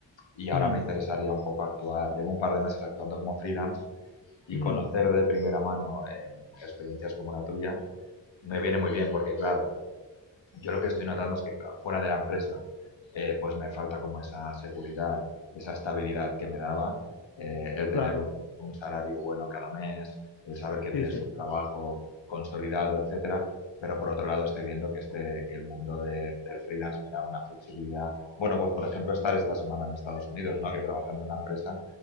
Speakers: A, on the left; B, on the left.
A: y ahora
B: ujú,
A: me interesaría un poco actuar. Llevo un par de meses actuando como freelance y
B: ujú,
A: conocer de primera mano eh, experiencias como la tuya me viene muy bien porque, claro, yo lo que estoy notando es que claro, fuera de la empresa, eh, pues me falta como esa seguridad, esa estabilidad que me daba eh, el tener
B: claro.
A: un, un salario bueno cada mes, el saber que tienes
B: Sí, sí.
A: un trabajo consolidado, etcétera. Pero por otro lado estoy viendo que este, que el mundo de- del freelance me da una flexibilidad. Bueno, pues por ejemplo estar esta semana en Estados Unidos, ¿no? Que trabajando en una empresa